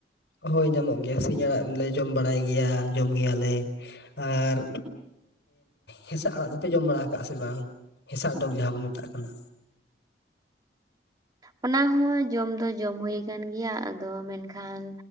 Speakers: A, on the left (about 80°); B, on the right (about 20°).
A: ᱦᱳᱭ ᱧᱟᱢᱚᱜ ᱜᱮᱭᱟ ᱥᱤᱧ ᱟᱲᱟᱜ ᱞᱮ ᱡᱚᱢ ᱵᱟᱲᱟᱭ ᱜᱮᱭᱟ ᱡᱚᱢ ᱜᱮᱭᱟᱞᱮ ᱟᱨ ᱦᱮᱸᱥᱟᱜ ᱟᱲᱟᱜ ᱫᱚᱯᱮ ᱡᱚᱢ ᱵᱟᱲᱟ ᱦᱟᱠᱟᱜᱼᱟ ᱥᱮ ᱵᱟᱝ ᱦᱮᱥᱟᱜ ᱰᱚᱜᱽ ᱡᱟᱦᱟᱸ ᱵᱚ ᱢᱮᱛᱟᱜ ᱠᱟᱱᱟ
B: ᱚᱱᱟ ᱦᱚᱸ ᱡᱚᱢ ᱫᱚ ᱡᱚᱢ ᱦᱩᱭ ᱠᱟᱱ ᱜᱮᱭᱟ, ᱟᱫᱚ ᱢᱮᱱᱠᱷᱟᱱ